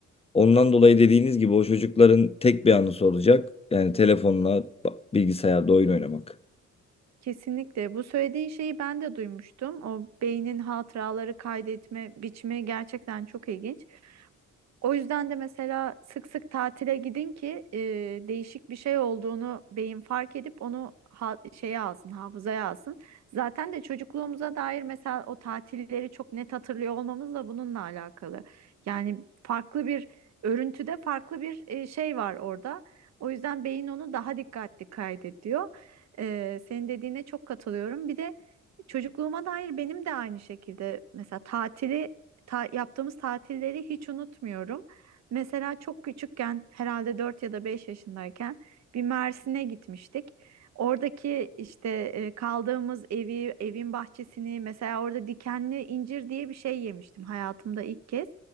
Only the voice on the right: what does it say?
Kesinlikle. Bu söylediğin şeyi ben de duymuştum. O beynin hatıraları kaydetme biçimi gerçekten çok ilginç. O yüzden de mesela sık sık tatile gidin ki e, değişik bir şey olduğunu beyin fark edip onu ha- şeye alsın, hafızaya alsın. Zaten de çocukluğumuza dair mesela o tatilleri çok net hatırlıyor olmamız da bununla alakalı. Yani farklı bir örüntüde farklı bir e, şey var orada. O yüzden beyin onu daha dikkatli kaydediyor. E, senin dediğine çok katılıyorum. Bir de çocukluğuma dair benim de aynı şekilde mesela tatili ta- yaptığımız tatilleri hiç unutmuyorum. Mesela çok küçükken herhalde 4 ya da 5 yaşındayken bir Mersin'e gitmiştik. Oradaki işte e, kaldığımız evi, evin bahçesini mesela orada dikenli incir diye bir şey yemiştim hayatımda ilk kez.